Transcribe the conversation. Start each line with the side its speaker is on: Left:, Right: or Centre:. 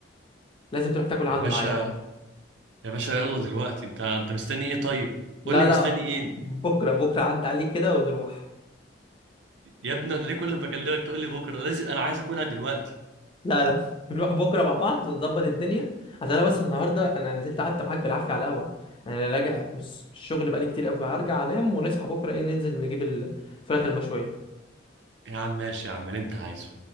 Left: لازم تروح تاكل عنده
Right: يا باشا
Left: معايا
Right: يا باشا يلا دلوقتي انت انت مستني ايه طيب
Left: لا
Right: قول لي مستني
Left: لا
Right: ايه
Left: بكره بكره عدى عليك كده ونروح
Right: يا ابني انا ليه كل ما اكلمك تقول لي بكره لازم انا عايز اكلها دلوقتي
Left: لا لا <laughs> نروح بكره مع بعض ونظبط الدنيا عشان انا بس النهارده انا نزلت قعدت معاك بالعافيه على القهوه انا راجع من الشغل بقالي كتير قوي فهرجع انام ونصحى بكره ايه ننزل نجيب الفراخ المشويه
Right: يا عم ماشي يا عم اللي انت عايزه